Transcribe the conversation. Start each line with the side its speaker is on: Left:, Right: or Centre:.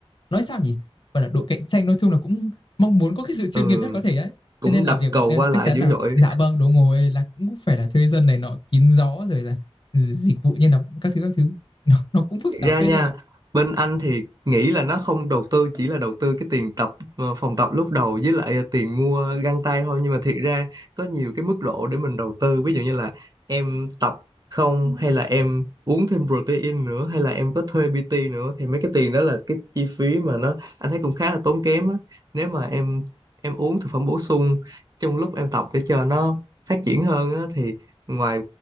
Left: nói sao nhỉ gọi là độ cạnh tranh nói chung là cũng mong muốn có cái sự chuyên
Right: ừ
Left: nghiệp nhất có thể ấy
Right: cũng
Left: thế nên là
Right: đập
Left: việc
Right: cầu
Left: bọn em
Right: qua
Left: chắc
Right: lại
Left: chắn
Right: dữ
Left: là
Right: dội
Left: dạ vâng đồ ngồi là cũng phải là thuê dân này nọ kín gió rồi là dịch vụ như là các thứ các thứ <laughs> nó, nó cũng phức
Right: Thực
Left: tạp
Right: ra
Left: phết
Right: nha,
Left: anh ạ
Right: bên anh thì nghĩ là nó không đầu tư chỉ là đầu tư cái tiền tập ờ, phòng tập lúc đầu với lại ờ, tiền mua găng tay thôi nhưng mà thiệt ra có nhiều cái mức độ để mình đầu tư ví dụ như là em tập không hay là em uống thêm protein nữa hay là em có thuê PT nữa thì mấy cái tiền đó là cái chi phí mà nó anh thấy cũng khá là tốn kém á nếu mà em em uống thực phẩm bổ sung trong lúc em tập để cho nó phát triển hơn á thì ngoài